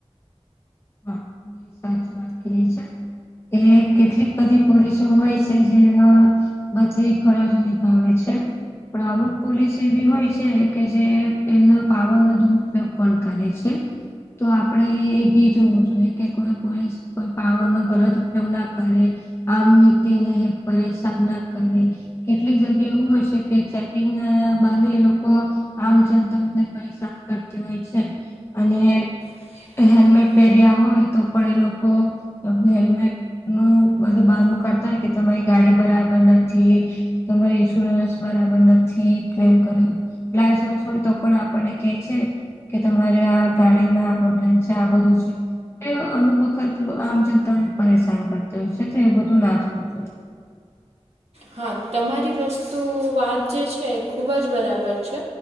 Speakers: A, on the left; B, on the right.
A: હા સાચી વાત કિરી છે. કે કેટલીક બધી પોલીસો હોય છે જે બઘી એ ફરજ નિભાવે છે. પણ અમુક પોલીસ એવી હોય છે કે જે એમના પાવર નો દુરુપયોગ પણ કરે છે. તો આપડે એક બીજ જોઈએ કે કોઈ પોલીસ કોઈ પાવર નો ગલત ઉપયોગ ના કરે આમ તે ન ઈ પરેશાન ના કરે કેટલીક જગ્યા એવું હોય છે કે ચેકિંગ બાને એ લોકો આમ જનતાઓને પરેશાન કરતા હોય છે અને
B: <inaudible>
A: હેલ્મેટ પહેર્યા હોય તો પણ એ લોકો હેલ્મેટ નું બધું બાનુ કાઢતો હોય કે તમારી ગાડી બરાબર નથી. તોરે સુરન્સ બરાબર નથી ક્લેમ કર્યો લાયસન્સ હોય તો પણ આપણને કે છે. કે તમારે આ ગાડીનમાં આ પ્રોબ્લેમ છે આ બધું. તો અમુક વખત આમ જનતા ને પરેશાન કરતી હોય છે તો એ બધું ના થતું હોય.
B: હા તમારી વસ્તુ વાત જે છે એ ખૂબ જ બરાબર છે